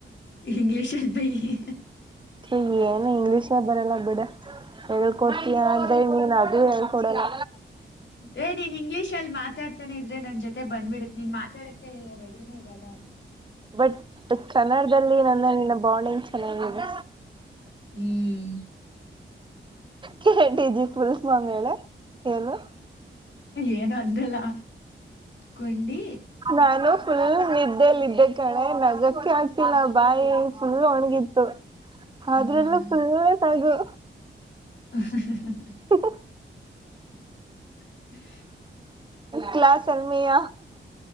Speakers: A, on the left; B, on the right.
A: ಇಂಗ್ಲೀಷಲ್ ಬೖಯೆ.
B: ನಂಗೇನು ಇಂಗ್ಲೀಷೇ ಬರಲ್ಲ ಬಿಡೆ ಹೇಳ್ಕೊಡ್ತೀಯ ಅಂದ ನೀನ್ ಅದು ಹೇಳ್ ಕೊಡಲ್ಲ.
A: ಏ ನೀನ್ ಇಂಗ್ಲೀಷ್ ಅಲ್ಲಿ ಮಾತಾಡ್ತಾನೆ ಇದ್ರೆ ನನ್ ಜೊತೆ ಬಂದ್ಬಿಡುತ್ತೆ ನೀನ್ ಮಾತಾಡಕ್ಕೆ ರೆಡಿನೇ ಇರಲ್ಲ.
B: ಬಟ್ ಕನ್ನಡದಲ್ಲಿ ನನ್ನ ನಿನ್ನ ಬಾಂಡಿಂಗ್ ಚೆನ್ನಾಗಿದೆ.
A: ಹ್ಮ್
B: ಕೆಟಿಜಿ ಫುಲ್ ಫಾರಂ ಹೇಳೇ ಹೇಳು.
A: ಏನೋ ಅಂದ್ಯಲ್ಲ ಕೊಂಡಿ
B: ನಾನು ಫುಲ್ ನಿದ್ದೇಲ್ಲಿದ್ದೆ ಕಣೆ ನಗಕ್ಕೆ ಆಗ್ತಿಲ್ಲ ಬಾಯಿ ಫುಲ್ ಒಣಗಿತ್ತು.
A: ಹಾ
B: ಅದರಲ್ಲೂ ಫುಲ್ಲು ನಗು.
A: ಹ ಹ ಹ ಹ.
B: ಹ
A: <inaudible>
B: ಕ್ಲಾಸ್ ಎಲ್ಮಿಯಾ